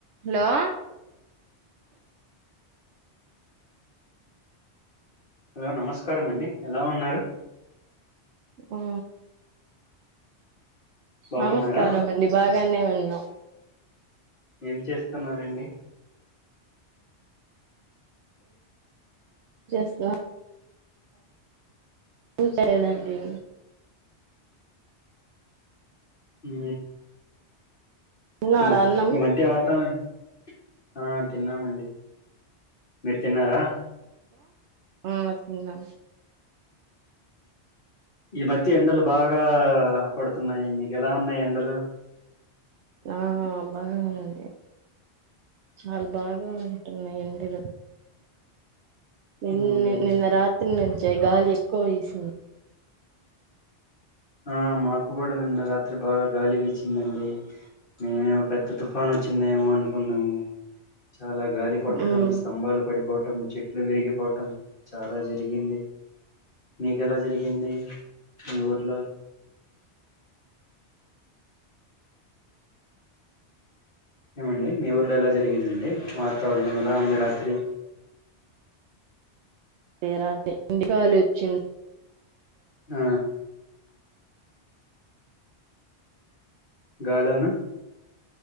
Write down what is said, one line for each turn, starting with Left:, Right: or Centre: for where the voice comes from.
Right: హలో
Left: హలో నమస్క నమస్కారం అండి ఎలా ఉన్నారు
Right: ఆ
Left: బాగున్నారా
Right: నమస్కారం అండి బాగానే ఉండి న్
Left: ఏం చేస్తున్నారంండి
Right: స్తా చూసలేదండి
Left: ఊ
Right: తిన్నారా
Left: ఈ మ
Right: అన్నం
Left: ఈ మధ్య వాతావరణం ఆ తిన్నామండి మీరు తిన్నారా
Right: ఆ తిన్నం
Left: ఈ మధ్య ఎండలు బాగా పడుతున్నాయి మీకు ఎలా ఉన్నాయి ఎండలు
Right: ఆ బాగాం వుంది చాలా బాగా ఉంటున్నాయి ఎండలు నిన్న
Left: మ్మ్
Right: నిన్న రాత్రి ను తే గాలి ఎక్కువ ఈసింది
Left: ఆ మాకు గూడ నిన్న రాత్ర రాత్రి బాగా గాలి వీచ్చిందండి మేమో పెద్ద తుఫాను వచ్చిందేమో అనుకున్నాము చాలా గాలి కొట్టడం
Right: మ్మ్
Left: స్తంభాలు పడిపో టం చెట్లు విరిగిపోవటం చాలా జరిగింది మీకు ఎలా జరిగింది మీ ఊర్లో ఏమండి మీ ఊర్లో ఎలా జరిగిందండి వాతావరణం ఎలా ఉంది రాత్రి
Right: అంటే రాత్రి ఇంటిలో వాళ్లు వచ్చింద్
Left: ఆ గాల్లనా